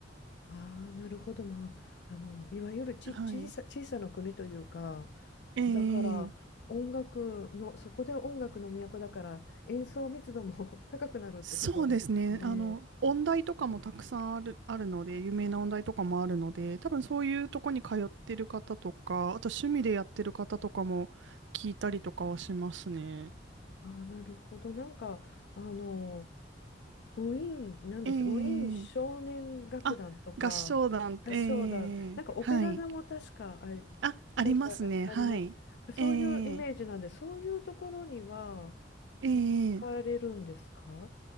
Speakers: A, on the left (about 65°); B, on the right (about 80°).
A: ああ、なるほど。まあ、あの、いわゆるち、
B: はい。
A: 小さ、小さな国というか、
B: ええ
A: だから音楽の、そこで音楽の都だから演奏密度も <laughs> 高くなるってことですかね。
B: そうですね。あの、音大とかもたくさんある、あるので、有名な音大とかもあるので、多分そういうとこに通ってる方とか、あと趣味でやってる方とかも聞いたりとかはしますね。
A: ああ、なるほど。なんか、あの、ウィーン、なんでしたウィーン少年楽団とか、
B: ええあ、合唱団、
A: 合唱団、
B: え
A: なんかオペラ座も確かあり、
B: えはい。あ、ありますね。
A: なんかああります。
B: はい。
A: そういうイメージなんで、
B: ええ
A: そういうところには
B: ええ
A: 行かれるんですか